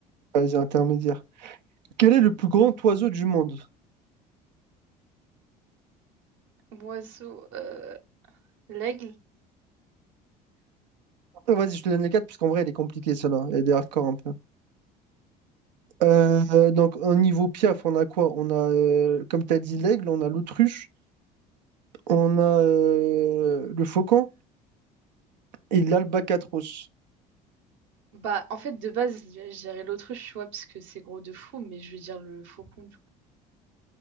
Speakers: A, on the right (about 80°); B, on the right (about 60°).
A: Vas-y, intermédiaire. Quel est le plus grand oiseau du monde?
B: Oiseau, euh, l'aigle.
A: Euh, Vas-y, je te donne les quatre, parce qu'en vrai, elle est compliquée, celle-là. Elle est hardcore un peu. Euh, euh, donc, au niveau Piaf, on a quoi? On a, euh, comme tu as dit, l'aigle, on a l'autruche, on a euh, le faucon et l'albatros.
B: Bah, en fait, de base, je je dirais l'autruche, tu vois, parce que c'est gros de fou, mais je vais dire le faucon, du coup.